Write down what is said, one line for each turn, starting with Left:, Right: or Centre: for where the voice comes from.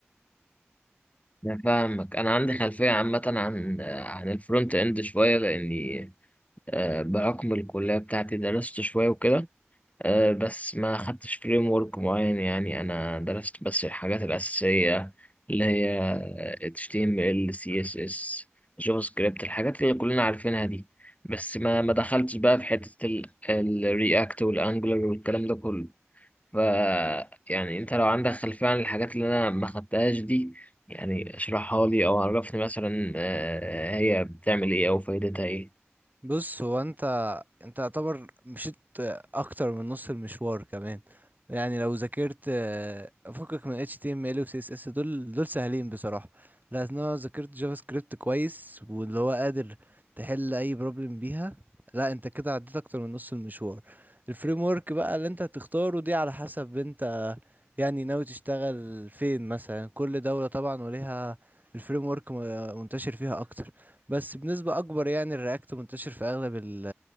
Left: انا فاهمك انا عندي خلفية عامة عن آه، عن الفرونت اند شوية لاني آه، بحكم الكلية بتاعتي درست شوية وكده آه، بس ما خدتش فريم ورك معين يعني انا درست بس الحاجات الاساسيه اللي هي HTML CSS جافا سكريبت الحاجات اللي كلنا عارفينها دي بس ما ما دخلتش بقى في حته الرياكت والانجلر والكلام ده كله ف يعني انت لو عندك خلفيه عن الحاجات اللي انا ما خدتهاش دي يعني اشرحها لي او عرفني مثلا آه، هي بتعمل ايه او فايدتها ايه.
Right: بص هو انت انت يعتبر مشيت اكتر من نص المشوار كمان يعني لو ذاكرت آه، فكك من HTML و CSS دول دول سهلين بصراحة لأن انا ذاكرت جافا سكريبت كويس واللي هو قادر تحل اي بروبلم بيها لا انت كده عديت اكتر من نص المشوار الفريم ورك بقى اللي انت هتختاره دي على حسب انت يعني ناوي تشتغل فين مثلا كل دولة طبعا وليها الفريم ورك منتشر فيها اكتر بس بنسبة أكبر يعني الرياكت منتشر في أغلب ال-